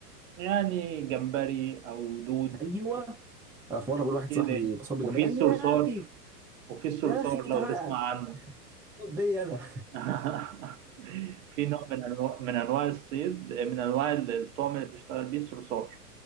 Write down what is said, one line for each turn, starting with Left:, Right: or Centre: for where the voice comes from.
Right: يعني جمبري او دود
Centre: ايوه أنا في مره بقول لواحد
Right: كده
Centre: صاحبي بصاب بجمال
Right: وفي
Centre: قال
Right: الصرصار
Centre: لي يا اخي
Right: وفي الصرصار
Centre: يا اخي تعال
Right: لو تسمع عنه
Centre: اصطاد بيا انا
Right: <laughs> في نوع من انواع من انواع الصيد من انواع الطعم اللي بتشتغل بيه الصرصار